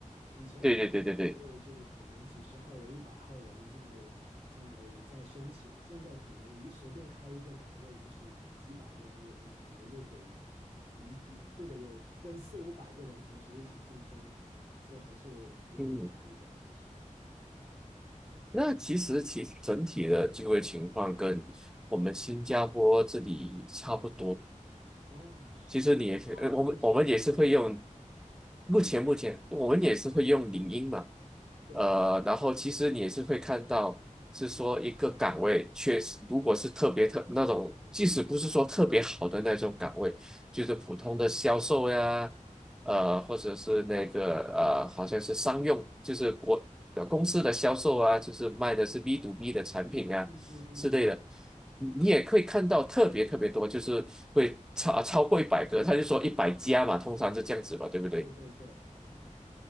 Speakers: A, on the right; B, in the centre.
A: 以前可能岗位就可能几十号人、
B: 对对对对对对。
A: 一百号人在在在申请，现在可能一随便开一个岗位就是几百个人，我们可能就得一就得有跟四五百个人同时一起竞争，所以还是有点压力的。
B: 嗯，
A: 其实，
B: 那其实其整体的就业情况跟我们新加坡这里差不多，
A: 哦，是你是说目前吗？
B: 其实你也可以，呃我们我们也是会用，目前目前我们也是会用领英嘛，
A: 对，
B: 呃，然后其实你也是会看到，是说一个岗位确实，如果是特别特那种，即使不是说特别好的那种岗位，就是普通的销售呀，呃，或者是那个呃，好像是商用，就是国呃公司的销售啊，就是卖的是 B to B 的产品啊之类的。
A: 嗯嗯嗯，
B: 你也可以看到特别特别多，就是会超超过一百个，他就说一百家嘛，通常是这样子吧，对不对？
A: 对对对，